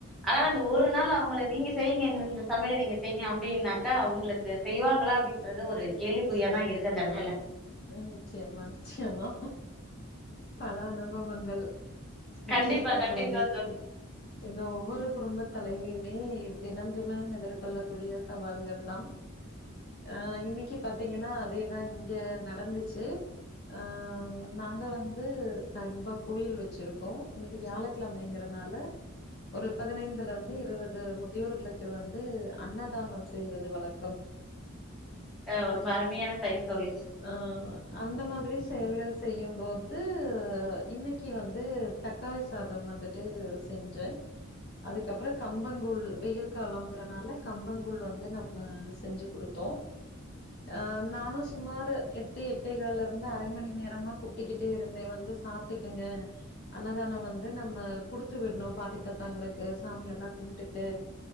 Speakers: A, in the centre; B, on the left.
A: ஆனால அந்த ஒரு நாள் அவுங்கள நீங்க செய்ங்க இந்தெந்த சமயல நீங்க செய்ங்க அப்டின்னாக்கா அவுங்ளுக் க்கு செய்வாங்ளா அப்டின்றது ஒரு கேள்விக்குறியாதா இருக்கு அந்த எடத்துல
B: நிச்சியமா நிச்சியமா பல அனுபவங்கள் நிச்சியமா
A: கண்டிப்பா கண்டிப்பா
B: தோழி இந்த ஒவ்வொரு குடும்பத் தலைவியுமே தினம்தினோ எ திர்கொள்ளக்கூடிய சவால்கள் தா ஆ இன்னக்கி பாத்தீங்கன்னா அதேதா இங்க நடந்துச்சு ஆ நாங்க வந்து சாய் பாபா கோயில் வச்சிருக்கோ இன்னக்கி வியாழ க்ழமைங்கறனால ஒரு பதினைந்துலந்து இருவது முதியோர்களுக்கு வந்து அன்னதானம் செய்வது வழக்கம்
A: ஆ ரொம்ப அருமயான செயல் தோழி
B: ஆ அந்த மாதிரி செயல்கள் செய்யம்போது இன்னக்கி வந்து த க்காளி சாதம் வந்துட்டு செஞ்சே அதுக்கப்றோ கம்பங்கூழ் வெயில் காலோங்றனால கம்பங்ககூழ் வந்து நம்ம செஞ்சு குடுத்தோ ஆ நானு சுமாரு எட்டு எட்டே கால்லருந்து அரை மணி நேரமா குட்டிக்கிட்டே இருந்தே வந்து சாப்ட்டுக்கங்க அன்னதானோ வந்து நம்ம குடுத்து விட்னு பாட்டித் தாத்தாங்களுக்கு சாமியெல்லா கும்ட்டுட்டு